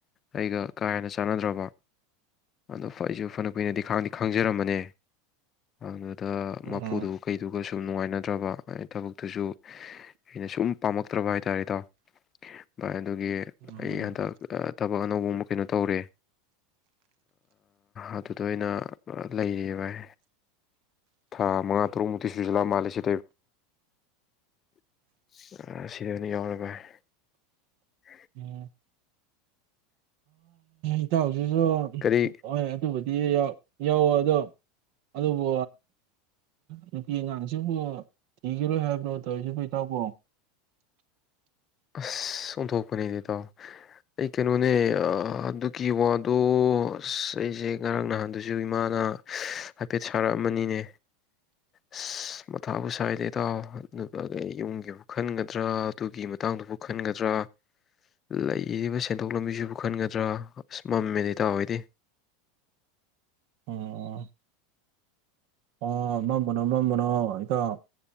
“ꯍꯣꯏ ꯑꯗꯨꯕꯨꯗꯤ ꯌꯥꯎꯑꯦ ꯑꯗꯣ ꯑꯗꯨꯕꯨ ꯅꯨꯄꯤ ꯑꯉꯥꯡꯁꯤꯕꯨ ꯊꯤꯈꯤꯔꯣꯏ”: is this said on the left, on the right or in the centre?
Right